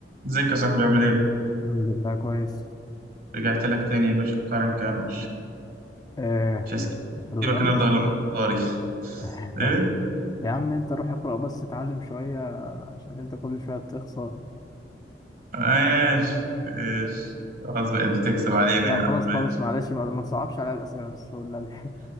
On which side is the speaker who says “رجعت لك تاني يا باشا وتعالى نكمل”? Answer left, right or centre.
Right